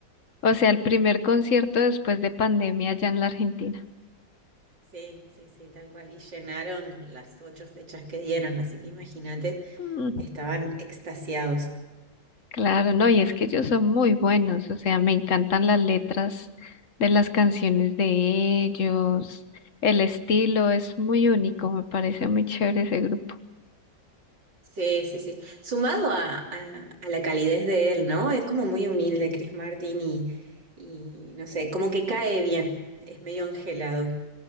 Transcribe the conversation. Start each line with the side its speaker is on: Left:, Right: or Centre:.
Left: O sea, el primer concierto después de pandemia allá en la Argentina.
Right: Sí, sí, sí, tal cual. Y llenaron las ocho fechas que dieron, así que imagínate,
Left: Mm,
Right: estaban extasiados.
Left: Claro, no, y es que ellos son muy buenos, o sea, me encantan las letras de las canciones de ellos, el estilo es muy único, me parece muy chévere ese grupo.
Right: Sí, sí, sí. Sumado a, a, a la calidez de él, ¿no? Es como muy humilde Chris Martin y, y no sé, como que cae bien. Es medio angelado.